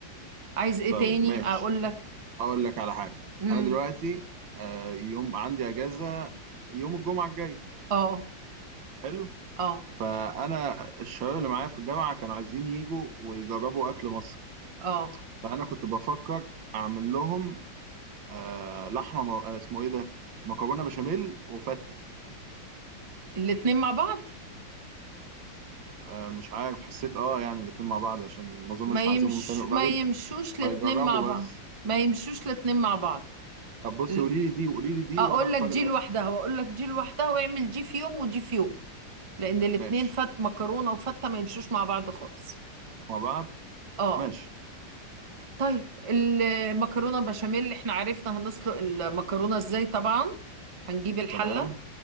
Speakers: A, on the right; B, on the right.
A: عايز ايه
B: طيب
A: تاني
B: ماشي
A: اقول لك
B: اقول لك على حاجه
A: امم
B: انا دلوقتي آه يوم عندي اجازه يوم الجمعه الجاي
A: اه
B: حلو
A: اه
B: فانا الشباب اللي معايا في الجامعه كانوا عايزين يجوا ويجربوا اكل مصر
A: اه
B: فانا كنت بفكر اعمل لهم آه لحمه م... آه اسمه ايه ده مكرونه بشاميل وفته
A: الاتنين مع بعض
B: آه مش عارف حسيت اه يعني الاتنين مع بعض عشان ما اظنش
A: ما يمش
B: هعزمهم تاني قريب
A: ما يمشوش الاتنين
B: هيجربوا
A: مع بعض
B: بس
A: ما يمشوش الاتنين مع بعض
B: طب بصي
A: ل-
B: قولي لي دي وقولي لي دي
A: اقول
B: وانا اختار
A: لك دي
B: الاسهل
A: لوحدها واقول لك دي لوحدها واعمل دي في يوم ودي في يوم لان الاتنين
B: ماشي
A: فت مكرونة وفتة ما يمشوش مع بعض خالص
B: مش مع بعض
A: اه
B: ماشي
A: طيب المكرونه بشاميل اللي احنا عرفنا هنسلق المكرونه ازاي طبعا هنجيب الحله
B: تمام